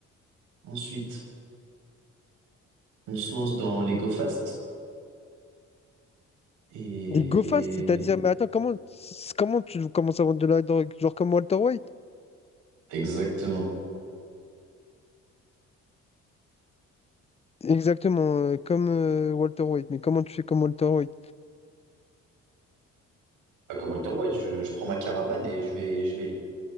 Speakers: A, on the right (about 90°); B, on the left (about 20°).
A: Ensuite, on se lance dans les Go Fast. Et
B: Des go fast, c'est-à-dire, mais attends, comment, comment tu commences à vendre de la drogue? Genre comme Walter White?
A: exactement.
B: Exactement, euh, comme euh, Walter White. Mais comment tu fais comme Walter White?
A: Pas comme Walter White, je, je prends ma caravane et je vais, je vais,